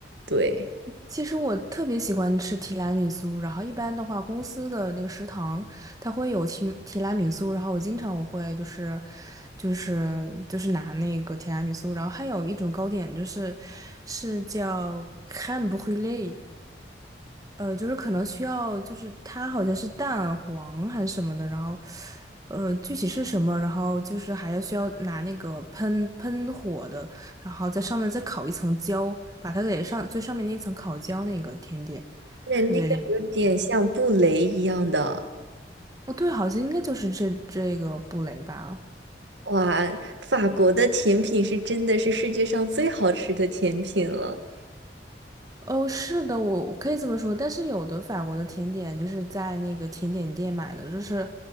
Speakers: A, on the right (about 80°); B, on the right (about 20°).
A: 对，
B: 其实我特别喜欢吃提拉米苏，然后一般的话，公司的那个食堂它会有提提拉米苏，然后我经常我会就是就是就是拿那个提拉米苏，然后还有一种糕点就是是叫 crème b r û l é 呃，就是可能需要，就是它好像是蛋黄还是什么的，然后，呃，具体是什么，然后就是还要需要拿那个喷喷火的，然后在上面再烤一层焦，把它给上最上面那层烤焦那个甜点，
A: 对，
B: 我觉得，
A: 那个有点像布雷一样的，
B: 哦，对，好像应该就是这这个布雷吧。
A: 哇，法国的甜品是真的是世界上最好吃的甜品了。
B: 哦，是的，我我可以这么说，但是有的法国的甜点就是在那个甜点店买的，就是，